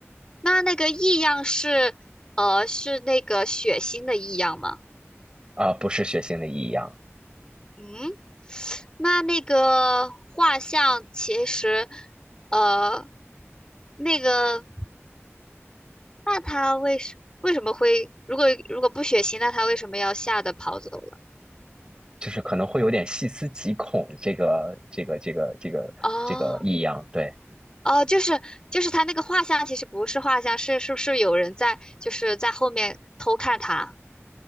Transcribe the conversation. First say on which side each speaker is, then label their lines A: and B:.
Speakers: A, on the left; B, on the right.
A: 那那个异样是呃是那个血腥的异样吗？
B: 啊，不是血腥的异样，
A: 嗯，那那个画像其实呃那个那他为什为什么会如果如果不血腥，那他为什么要吓得跑走了？
B: 就是可能会有点细思极恐，这个、这个、这个、这个、
A: 哦
B: 这个异样，对
A: 哦，就是就是他那个画像其实不是画像，是是不是有人在就是在后面偷看他？